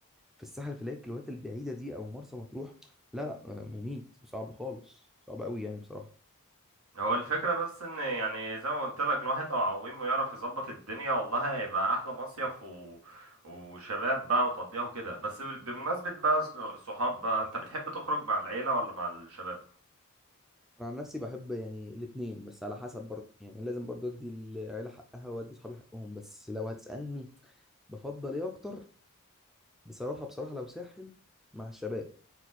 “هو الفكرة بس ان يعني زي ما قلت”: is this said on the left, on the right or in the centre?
Right